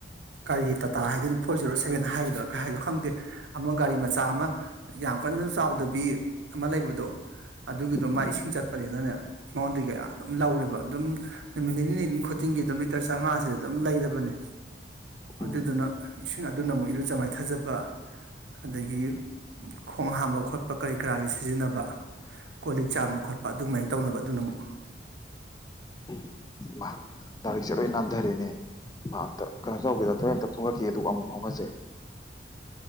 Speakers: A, on the right (about 80°); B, on the left (about 20°).
A: ꯀꯥꯔꯤ ꯇꯥꯇꯥ ꯍꯥꯏꯗꯣꯏꯅꯣ ꯐꯣꯔ ꯖꯦꯔꯣ ꯁꯚꯦꯟ ꯍꯥꯏꯒꯗ꯭ꯔꯥ ꯀꯩꯍꯥꯏꯒꯗ꯭ꯔꯥ ꯈꯪꯗꯦ ꯑꯃ ꯒꯥꯔꯤ ꯃꯆꯥ ꯑꯃ ꯌꯥꯝ ꯀꯟꯅ ꯆꯥꯎꯗꯕꯤ ꯑꯃ ꯂꯩꯕꯗꯣ꯫ ꯑꯗꯨꯒꯤꯗꯣ ꯃꯥ
B: ꯎꯝ
A: ꯏꯁꯤꯡ ꯆꯠꯄꯅꯤꯅꯥꯅꯦ꯫ ꯀꯌꯥ ꯑꯗꯨꯝ ꯂꯧꯔꯦꯕ ꯑꯗꯨꯝ ꯅꯨꯃꯤꯠ ꯅꯤꯅꯤ ꯅꯤꯅꯤ ꯈꯨꯗꯤꯡꯒꯤ ꯑꯗꯨꯝ ꯂꯤꯇꯔ ꯆꯥꯝꯉꯥꯥꯁꯦ ꯑꯗꯨꯝ ꯂꯩꯔꯕꯅꯦ
B: ꯎꯝ
A: ꯑꯗꯨꯗꯨꯅ ꯏꯁꯤꯡ ꯑꯗꯨꯅ ꯑꯃꯣꯏ ꯏꯔꯨꯖ ꯃꯥꯏꯊꯖꯕ ꯑꯗꯒꯤ ꯈꯣꯡ ꯍꯥꯝꯕ ꯈꯣꯠꯄ ꯀꯔꯤ ꯀꯔꯥꯒꯤ ꯁꯤꯖꯤꯟꯅꯕ ꯀꯣꯜ ꯂꯤꯛ ꯆꯥꯝꯕ ꯈꯣꯠꯄ ꯑꯗꯨꯃꯥꯏꯅ ꯇꯧꯅꯕ ꯑꯗꯨꯅ ꯑꯃꯨꯛ꯫
B: ꯎꯝ ꯃꯥ ꯇꯥꯔꯤꯛꯁꯦ ꯂꯣꯏ ꯅꯥꯟꯊꯔꯦꯅꯦ ꯃꯥ ꯑꯝꯇ ꯀꯩꯅꯣ ꯇꯧꯒꯦꯔ ꯊꯣꯏ ꯑꯝꯇ ꯈꯨꯡꯒꯠꯈꯤꯒꯦ ꯑꯗꯨꯒ ꯑꯃꯨꯛ ꯐꯥꯎꯅꯁꯦ꯫